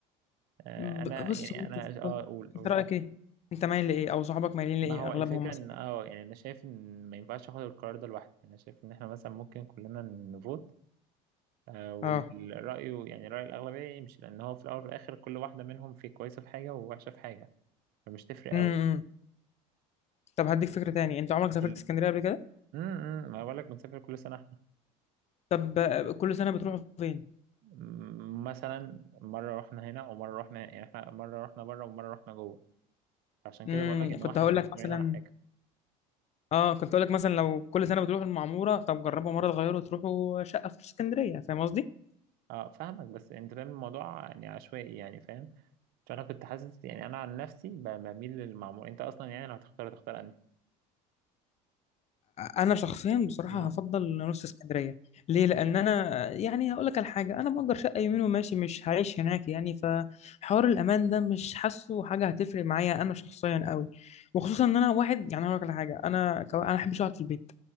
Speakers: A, on the right; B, on the left.
A: آه،
B: ب-
A: انا
B: بص
A: يعني
B: هو انت
A: انا اه اقول اقول
B: انت رايك ايه انت مايل لايه او صحابك مايلين
A: ما
B: لايه
A: هو
B: اغلبهم
A: الفكره
B: مثلا
A: ان اه يعني انا شايف ان ما ينفعش اخد القرار ده لوحدي انا شايف ان احنا مثلا ممكن كلنا نفوت آه، والرأي
B: اه
A: يعني رأي الأغلبية يمشي لأن هو في الأول وفي الآخر كل واحدة منهم في كويسة في حاجة ووحشة في حاجة فمش تفرق
B: امم
A: أوي
B: طب هديك فكره تاني انت عمرك سافرت
A: كل-
B: اسكندريه قبل كده
A: امم إمم. ما بقولك بنسافر كل سنة احنا
B: طب آه، كل سنه بتروحوا فين
A: أمم، مثلا مرة رحنا هنا ومرة رحنا يعني احنا مرة رحنا بره ومرة رحنا جوه عشان
B: امم
A: كده بقولك إن
B: كنت
A: هو احنا
B: هقول
A: مش مستمرين
B: لك مثلا
A: على حاجة
B: اه كنت هقول لك مثلا لو كل سنه بتروحوا المعموره طب جربوا مره تغيروا تروحوا شقه في اسكندريه فاهم قصدي
A: اه فاهمك بس انت فاهم الموضوع يعني عشوائي يعني فاهم عشان انا كنت حاسس يعني انا عن نفسي ب- بميل للمعمول انت اصلا يعني لو هتختار تختار انهي
B: انا شخصيا بصراحه
A: مم.
B: هفضل نص اسكندريه ليه لان انا يعني هقول لك على حاجه انا مأجر شقه يمين وماشي مش هعيش هناك يعني فحوار الامان ده مش حاسه حاجه هتفرق معايا انا شخصيا قوي وخصوصا ان انا واحد يعني هقول لك على حاجه انا كو... انا احبش اقعد في البيت